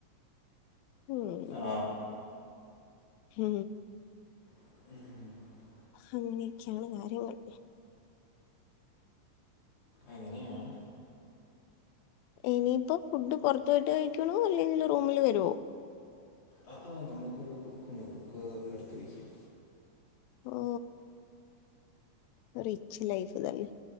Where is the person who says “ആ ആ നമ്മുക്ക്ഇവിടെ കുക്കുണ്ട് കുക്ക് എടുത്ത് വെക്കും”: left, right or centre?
Left